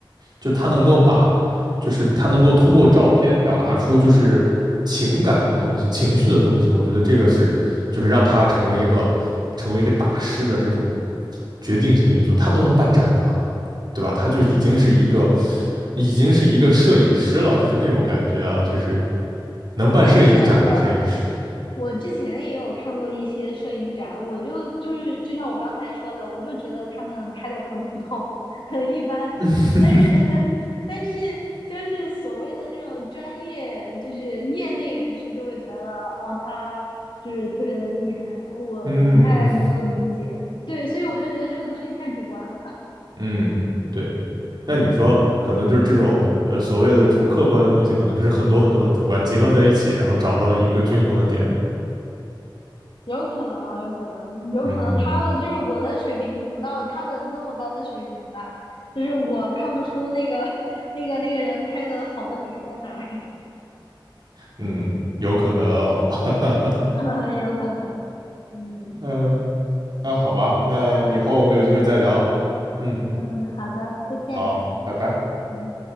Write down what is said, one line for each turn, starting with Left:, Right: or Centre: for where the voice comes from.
Right: 就他能够把，就是他能够通过照片表达出就是情感的东西、情绪的东西，我觉得这个是，就是让他成为一个成为一个大师的这种决定性因素，他都能办展啊，对吧？他就是已经是一个已经是一个摄影师了，就是那种感觉啊，就是能办摄影展的摄影师。
Left: 但是我我之前也有看过一些摄影展，我就就是就像我刚才说的，我就觉得他们拍的很普通，很一般。
Right: <laughs>
Left: 但是 <laughs> 但是就是所谓的那种专业，就是业内人士就会觉得，哦，他就是特别的厉害，我不太能够理解。
Right: 嗯，
Left: 对，所以我就觉得这个东西太主观了。
Right: 嗯，对。那你说，
Left: <laughs> 嗯。
Right: 可能就是这种呃所谓的这种客观的东西，可能就是很多很多的主观结合在一起，然后找到了一个均衡的点。
Left: 有可能，有可能，有可能他们就是我的水平不到他们那么高的水平吧，
Right: 嗯
Left: 就是我看不出那个 <laughs> 那个那个人拍的好的点在哪儿。
Right: 嗯，有可能哦。
Left: 嗯，
Right: <laughs>
Left: <laughs> 有可能。嗯，
Right: 嗯，那好吧，那以后我们有机会再聊。
Left: 好，嗯
Right: 嗯，
Left: 嗯，好的，再见。
Right: 好，拜拜。
Left: 嗯。